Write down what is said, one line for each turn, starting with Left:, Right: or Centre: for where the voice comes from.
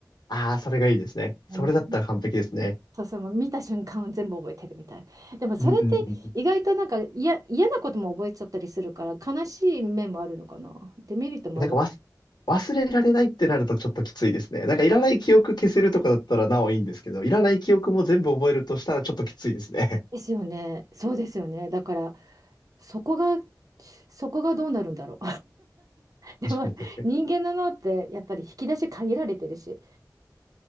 Left: ああ、それがいいですね。それだったら完璧ですね。
Right: うん、そうそう、もう見た瞬間を全部覚えてるみたいな。でもそれって意外となんか嫌、
Left: うんうんうん。
Right: 嫌なことも覚えちゃったりするから、悲しい面もあるのかな。デメリットもある。
Left: なんかわす、忘れられないってなるとちょっときついですね。なんかいらない記憶消せるとかだったらなおいいんですけど、いらない記憶も全部覚えるとしたらちょっときついですね。
Right: ですよね。そうですよね。だから、そこが、そこがどうなるんだろ
Left: <laughs>
Right: う。
Left: 確かに確かに。
Right: <laughs> でも、人間の脳って、やっぱり引き出し限られてるし、